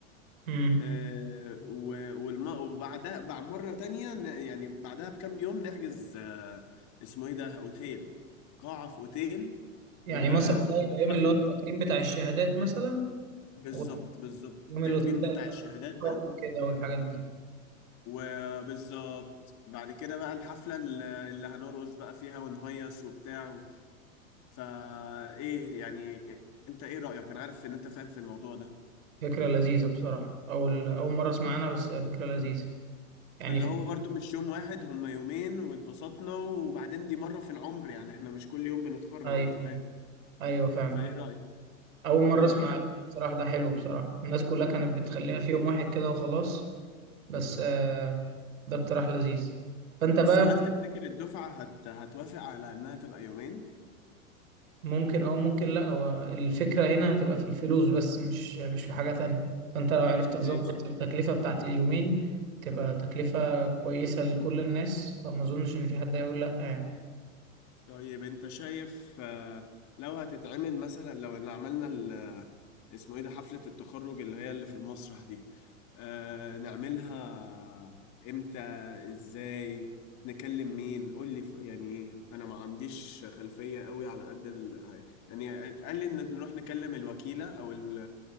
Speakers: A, on the right (about 75°); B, on the left (about 45°).
A: امم
B: آه و... والم... وبعدها بعد مرة تانية ن... يعني بعدها بكام يوم نحجز آه اسمه ايه ده اوتيل قاعة في اوتيل
A: يعني
B: و...
A: مسرح ده
B: ونحتفل
A: يبقى يوم اللي هو التكريم بتاع الشهادات مثلا
B: بالظبط
A: واليوم
B: بالظبط
A: اللي
B: التكريم
A: تبدا
B: بتاع
A: يبقى
B: الشهادات ده
A: قمه كده والحاجات دي
B: وبالظبط بعد كده بقى الحفلة اللي اللي هنرقص بقى فيها ونهيص وبتاع فا ايه يعني انت ايه رأيك انا عارف ان انت فاهم في الموضوع ده
A: فكرة لذيذة بصراحة أول أول مرة أسمع عنها بس فكرة لذيذة يعني
B: اللي
A: في...
B: هو برضو مش يوم واحد هما يومين واتبسطنا وبعدين دي مرة في العمر يعني احنا مش كل يوم بنتخرج
A: أيوه
B: انت فاهم
A: أيوه فعلا
B: فايه رأيك
A: أول مرة
B: ايه
A: أسمع
B: رأيك
A: بصراحة ده حلو بصراحة الناس كلها كانت بتخليها
B: لا.
A: في يوم واحد كده وخلاص بس آه، ده اقتراح لذيذ فأنت
B: بس
A: بقى
B: هل تفتكر الدفعة هت... هتوافق على انها تبقى يومين
A: ممكن أو ممكن لأ هو الفكرة هنا هتبقى في الفلوس بس مش مش في حاجة تانية فأنت لو عرفت تظبط
B: ماشي
A: التكلفة بتاعت اليومين تبقى تكلفة كويسة لكل الناس فما أظنش إن في حد هيقول لأ يعني
B: طيب انت شايف آه، لو هتتعمل مثلا لو ان عملنا ال... اسمه ايه ده حفلة التخرج اللي هي اللي في المسرح دي آه نعملها امتى ازاي نكلم مين قول لي ف- يعني انا ما عنديش خلفية قوي على قد ال... يعني اتقال لي ان نروح نكلم الوكيلة او ال...